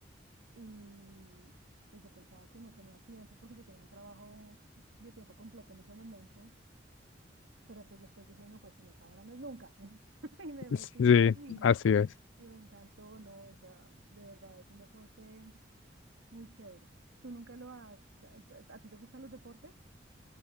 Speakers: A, on the right; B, on the left.
A: y pues yo pensaba que no tenía tiempo porque yo tenía un trabajo de tiempo completo en ese momento, pero pues después dije, no, pues si no es ahora, no es nunca. <laughs> Y me metí
B: Sí,
A: y,
B: así es.
A: y me encantó, no, o sea, de verdad es un deporte muy chévere. ¿Tú nunca lo has, a, a- a ti te gustan los deportes?